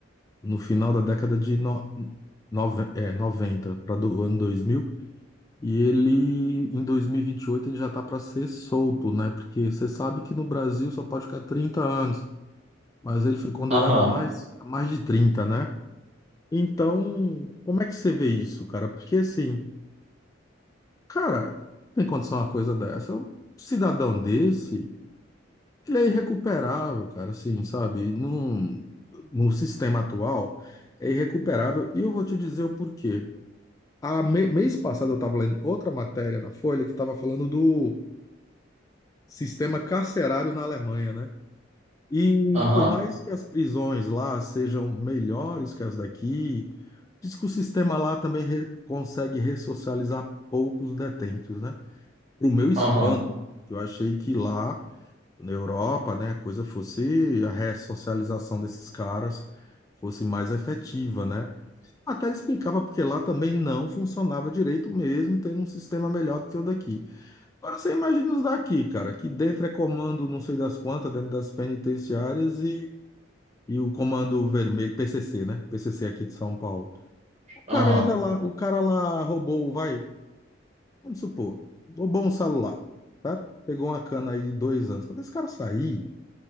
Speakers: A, on the left; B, on the right.
A: no final da década de no... nove- é, 90 para do ano 2000. E ele, em dois mil e e vinte e oito, ele já tá para ser solto, né? Porque você sabe que no Brasil só pode ficar 30 anos, mas ele foi condenado
B: Aham,
A: a mais, a mais de 30, né? Então, como é que você vê isso, cara? Porque assim, cara, tem condição uma coisa dessa. Um cidadão desse, ele é irrecuperável, cara, assim, sabe? Num, no sistema atual, é irrecuperável. E eu vou te dizer o porquê. Há me- mês passado eu estava lendo outra matéria na Folha que estava falando do sistema carcerário na Alemanha, né? E
B: aham,
A: por mais que as prisões lá sejam melhores que as daqui, Diz que o sistema lá também re- consegue ressocializar poucos detentos, né? Para o meu espanto,
B: aham,
A: que eu achei que lá na Europa, né, a coisa fosse a ressocialização desses caras fosse mais efetiva, né? Até ele explicava porque lá também não funcionava direito mesmo, tendo um sistema melhor do que o daqui. Agora você imagina os daqui, cara, que dentro é comando não sei das quantas, dentro das penitenciárias e, e o comando vermelho, PCC, né? PCC aqui de São Paulo. O cara
B: aham.
A: entra lá, o cara lá roubou, vai, vamos supor, roubou um celular, tá? Pegou uma cana aí de dois anos. Quando esse cara sair,